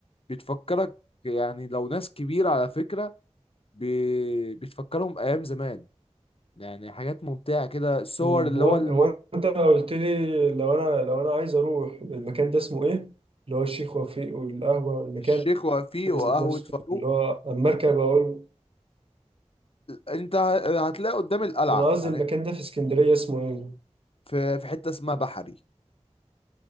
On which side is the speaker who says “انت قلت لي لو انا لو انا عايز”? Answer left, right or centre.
Right